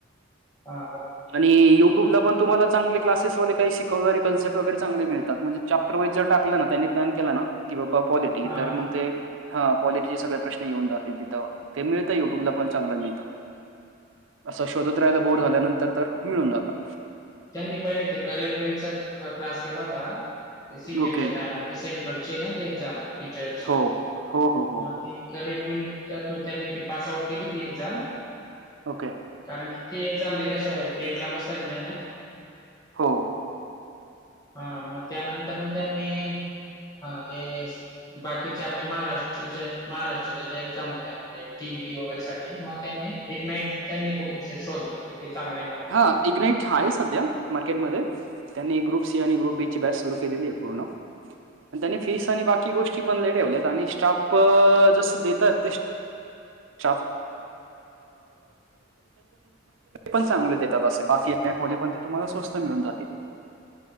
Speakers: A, on the left (about 20°); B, on the right (about 85°).
A: आ हो.
B: आणि युट्यूबला पण तुम्हाला चांगले क्लासेसवाले काही शिकवणारे कन्सेप्ट वगैरे चांगले मिळ तात म्हणजे चॅप्टर वाईज जर टाकलं ना त्यांनी प्लॅन केला ना की बा पॉलिटी
A: हा
B: तर मंग
A: हा
B: ते हा पॉलिटीचे सगळे प्रश्न येऊन जातील तिथं ते मिळतं युट्यूबला पण चांगलं मिळतं. असं शोधत राहायला बोर झाल्यानंतर तर मिळून जातं.
A: त्यांनी पहिले ते करिअर बिल चा का क्लास केला होता ते सी टेक
B: ओके
A: च्या टाइमाला ते सेंट्रल ची आहे ना ती एक्झाम टीचरची
B: हो हो हो हो
A: म ती करिअर बिल च्या त्यातून त्यांनी ती पास आउट केली ती एक्झाम.
B: ओके.
A: कारण की ती एक्झाम दिल्याशिवाय टेंट ला बसता येत नाय ना.
B: हो.
A: हा मग त्यानंतर मग त्यांनी हा हेस बाकीच्या आपल्या महाराष्टीच्या महाराष्ट्राच्या ज्या एक्झाम होत्या म्हणजे टी ई टी वगैरे साठी म त्यांनी इगनाईट त्यांनी कडूनचे शोधलं की ते चांगलं आहे म्हणून.
B: हा इग नाइट आहे सध्या मार्केटमध्ये. त्यांनी ग्रुप सी आणि ग्रुप बी ची बॅच सुरु केलेली आहे पूर्ण. आणि त्यांनी फीस आणि बाकी गोष्टी पण ले ठेवल्यात आणि स्टाफ जसं देतात ते
A: <unintelligible>
B: <unintelligible> चांगले देतात असे बाकी ऐप वाले पण ते तुम्हाला स्वस्त मिळून जातील.